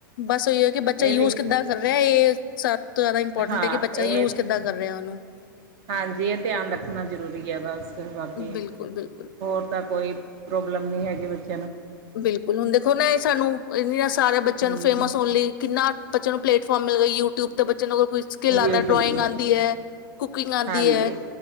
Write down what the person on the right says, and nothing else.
ਇਹ
ਵੀ
ਹਾਂ
ਇਹ
ਹਾਂਜੀ, ਇਹ ਧਿਆਨ ਰੱਖਣਾ ਜ਼ਰੂਰੀ ਹੈ ਬਸ। ਤੇ ਬਾਕੀ
ਹੋਰ ਤਾਂ- ਕੋਈ ਪ੍ਰੋਬਲਮ ਨਹੀਂ ਹੈਗੀ ਵਿੱਚ-
ਹੂੰ
ਯੂਟਿਊਬ
ਹਾਂਜੀ